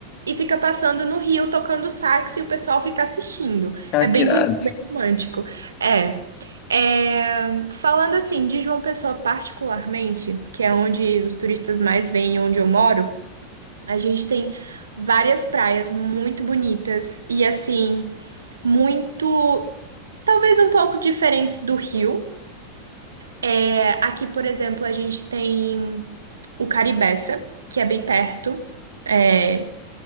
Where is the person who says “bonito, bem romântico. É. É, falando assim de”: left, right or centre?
Right